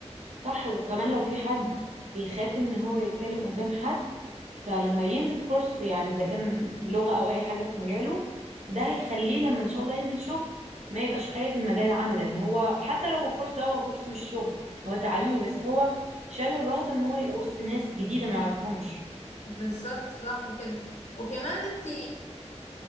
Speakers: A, on the right (about 75°); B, on the left (about 80°).
A: صح وكمان لو في حد بيخاف ان هو يتكلم قدام حد فلما ينزل كورس يعني اذا كان لغة او اي حاجة في مجاله ده هيخليه لما ان شاء الله ينزل شغل ما يبقاش خايف من مجال العمل لان هو حتى لو الكورس ده هو كورس مش شغل هو تعليمي بس هو شال الرهبة ان هو يبقى وسط ناس جديدة ما يعرفهمش
B: بالظبط صح كده وكمان انت